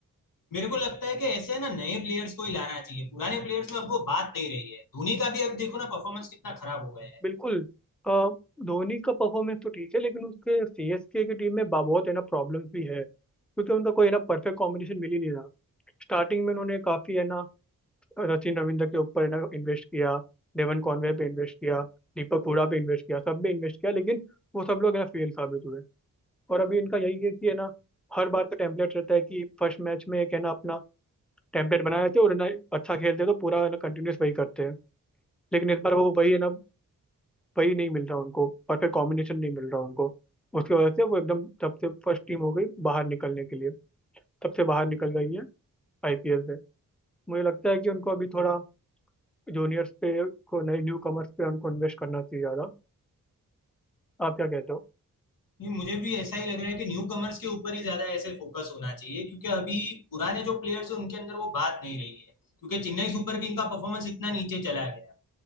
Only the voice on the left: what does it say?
मेरे को लगता है कि ऐसे है ना नए प्लेयर्स को ही लाना चाहिए पुराने प्लेयर्स में अब वो बात नहीं रही है धोनी का भी अब देखो ना परफॉर्मेंस कितना खराब हो गया है
नहीं मुझे भी ऐसा ही लग रहा है कि न्यू कमर्स के ऊपर ही ज्यादा ऐसे फोकस होना चाहिए क्योंकि अभी पुराने जो प्लेयर्स हैं उनके अंदर वो बात नहीं रही है क्योंकि चेन्नई सुपर किंग का परफॉर्मेंस इतना नीचे चला गया